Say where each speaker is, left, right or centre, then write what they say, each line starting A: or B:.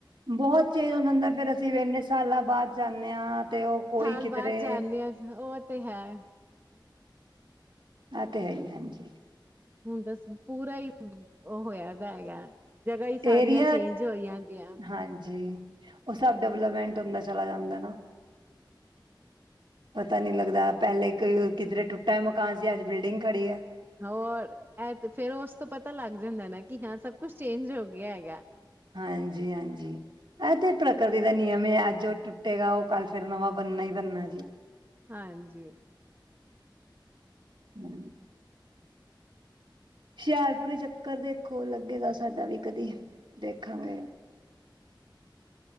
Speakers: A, on the right (about 70°); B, on the right (about 25°).
A: ਬਹੁਤ ਚੇਜ ਹੁੰਦਾ ਫਿਰ ਅਸੀਂ ਇੰਨੇ ਸਾਲਾਂ ਬਾਅਦ ਜਾਂਦੇ ਹਾਂ ਤੇ ਉਹ ਕੋਈ।
B: ਸਾਲ
A: ਕਿਧਰੇ
B: ਬਾਅਦ ਜਾਦੇ ਹਾਂ ਉਹ ਤੇ ਹੈ।
A: ਐ ਤੇ ਹੈ ਹੀ ਹਾਂਜੀ।
B: ਹੁਣ ਦੱਸੋ ਪੂਰਾ ਹੀ ਉਹ ਹੋਇਆ ਦਾ ਹੈਗਾ। ਜਗ੍ਹਾ ਹੀ ਸਾਰੀਆਂ
A: ਇਹ ਵੀ
B: ਚੇਂਜ ਹੋਈ ਜਾਂਦੀਆਂ
A: ਹਾਂਜੀ ਉਹ ਸਭ ਡਿਵਲਪਮੈਂਟ । ਚਲਾ ਜਾਂਦਾ ਨਾ ਪਤਾ ਨਹੀਂ ਲੱਗਦਾ ਪਹਿਲੇ ਕਿਧਰੇ ਟੁੱਟਾ ਮਕਾਨ ਸੀ ਅੱਜ ਬਿਲਡਿੰਗ ਖੜੀ ਹੈ।
B: ਹੋਰ ਇਹ ਫਿਰ ਉਸ ਤੋਂ ਪਤਾ ਲੱਗ ਜਾਂਦਾ ਨਾ ਕਿ ਹਾਂ ਸਭ ਕੁਛ ਚੇਂਜ ਹੋ ਗਿਆ ਹੈਗਾ।
A: ਹਾਂਜੀ ਹਾਂਜੀ ਇਹ ਤੇ ਪ੍ਰਕਿਰਤੀ ਦਾ ਨਿਯਮ ਹੈ ਅੱਜ ਉਹ ਟੁੱਟੇਗਾ ਉਹ ਕੱਲ ਫਿਰ ਨਵਾਂ ਬਣਨਾ ਹੀ ਬਣਨਾ ਜੀ।
B: ਹਾਂਜੀ।
A: ਹੂੰ। ਹੁਸ਼ਿਆਰਪੁੁਰ ਚੱਕਰ ਦੇਖੋ ਲੱਗੇਗਾ ਸਾਡਾ ਵੀ ਕਦੀ ਦੇਖਾਂਗੇ?